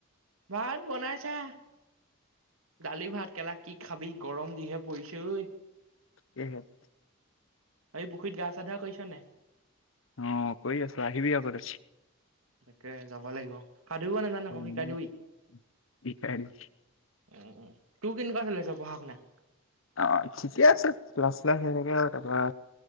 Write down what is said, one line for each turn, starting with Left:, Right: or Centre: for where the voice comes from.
Right: ভাত বনাইছে। ডালি ভাত কেলা কি খাবি গৰম দিহে পৰিছ ঐ।
Left: <unintelligible>
Right: এই পুখুৰীত গা চাহ ধোৱা কৰিছা নে নাই?
Left: অ কৰি আছো আহিবি আকৌ
Right: তাকে যাব লাগিব। সাঁতুৰিব নাজানো আকৌ
Left: উম
Right: শিকাই দিবি
Left: শিকাই দিম।
Right: উম তোৰ কেনেকুৱা চলি আছে পঢ়া শুনা?
Left: অ ঠিকে আছে ক্লাস শ্লাস হৈয় থাকে তাৰপৰা